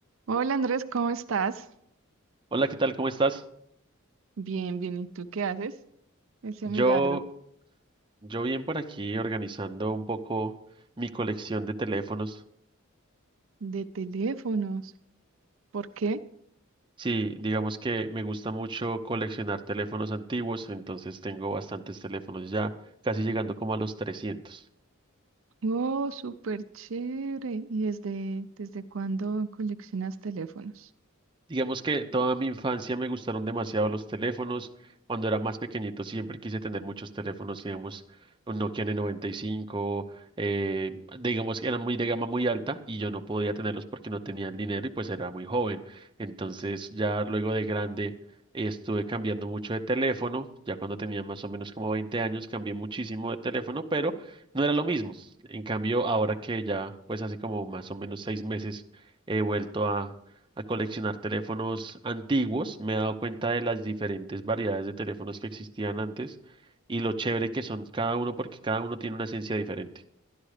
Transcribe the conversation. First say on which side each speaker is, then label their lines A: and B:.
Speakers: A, on the right (about 65°); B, on the right (about 25°).
A: Hola Andrés, ¿cómo estás?
B: Hola, ¿qué tal? ¿Cómo estás?
A: Bien, bien. ¿Y tú qué haces? Ese
B: Yo,
A: milagro
B: yo bien por aquí organizando un poco mi colección de teléfonos.
A: de teléfonos. ¿Por qué?
B: Sí, digamos que me gusta mucho coleccionar teléfonos antiguos, entonces tengo bastantes teléfonos ya, casi llegando como a los 300.
A: Oh, súper chévere. ¿Y desde, desde cuándo coleccionas teléfonos?
B: Digamos que toda mi infancia me gustaron demasiado los teléfonos. Cuando era más pequeñito siempre quise tener muchos teléfonos, digamos, un Nokia N95, eh, digamos que eran muy de gama muy alta y yo no podía tenerlos porque no tenía el dinero y pues era muy joven. Entonces ya luego de grande eh, estuve cambiando mucho de teléfono. Ya cuando tenía más o menos como 20 años cambié muchísimo de teléfono, pero no era lo mismo. En cambio, ahora que ya pues hace como más o menos seis meses he vuelto a a coleccionar teléfonos antiguos, me he dado cuenta de las diferentes variedades de teléfonos que existían antes y lo chévere que son cada uno porque cada uno tiene una esencia diferente.